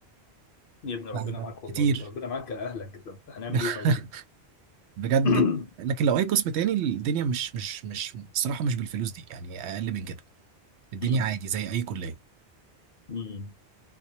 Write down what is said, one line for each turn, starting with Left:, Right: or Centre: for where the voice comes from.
Left: يا ابن ربنا
Right: ف-
Left: معاك والله
Right: كتير
Left: ربنا معاك يا اهلك طب هنعمل
Right: <laughs>
Left: ايه طيب
Right: بجد
Left: <clears throat> <coughs>
Right: لكن لو أي قسم تاني الدنيا مش مش مش الصراحة مش بالفلوس دي يعني أقل من كده الدنيا
Left: أمم،
Right: عادي زي أي كلية
Left: أمم.